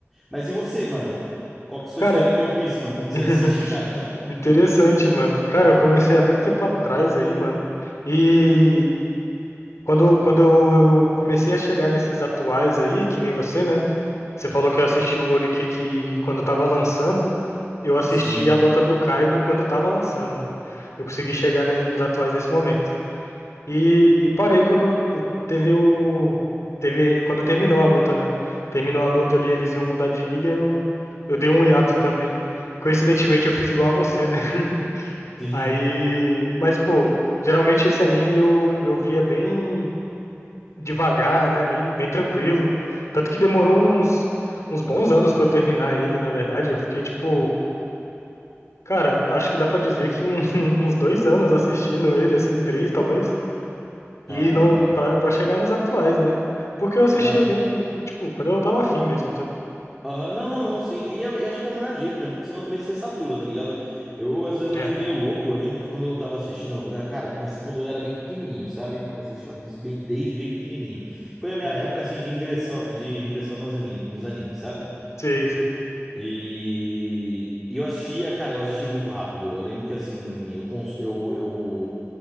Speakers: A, in the centre; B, on the left.
A: Mas e você, mano? Qual que é a sua
B: Cara,
A: história com One Piece, mano? Como que
B: <laughs>
A: você assiste, cara?
B: interessante, mano. Cara, eu comecei há muito tempo atrás aí, mano. E quando, quando eu eu comecei a chegar nesses atuais aí, que nem você, né? Você falou que eu assisti o Olho que quando tava lançando. Eu assisti
A: <laughs> Sim, mano.
B: a luta do Kaido quando tava lançando, mano. Eu consegui chegar ne- nos atuais nesse momento. E, e parei quando teve o. Teve, quando terminou a luta, né? Terminou a luta ali, eles iam mudar de ilha, eu, eu dei um hiato também. Coincidentemente, eu fiz igual a você, né? <laughs>
A: Sim.
B: Aí. Mas, pô, geralmente esse anime eu, eu via bem devagar, né? Bem, bem tranquilo. Tanto que demorou uns, uns bons anos pra eu terminar ele, na verdade. Eu fiquei tipo. Cara, acho que dá pra dizer que um- <laughs> uns dois anos assistindo ele, assim, três talvez.
A: Caramba,
B: E não
A: cara.
B: pra pra chegar nos atuais, né? Porque eu assistia
A: Mano,
B: bem, tipo, quando eu tava afim mesmo, sabe?
A: Aham, não, não, não, sim. E eu, e acho que é o melhor jeito, mano, porque senão também você satura, tá ligado? Eu, às vezes, eu
B: É,
A: fui meio louco. Eu lembro que quando eu tava assistindo, eu- cara, eu comecei quando eu era bem pequenininho, sabe? Comecei a assistir One Piece bem, desde bem pequenininho. Foi a minha
B: sim.
A: época, assim, de ingressão, de ingressão nos ani- nos animes, sabe?
B: Sei, sei.
A: E, e eu assistia, cara, eu assisti muito rápido. Eu lembro que, assim, eu, cons- eu, eu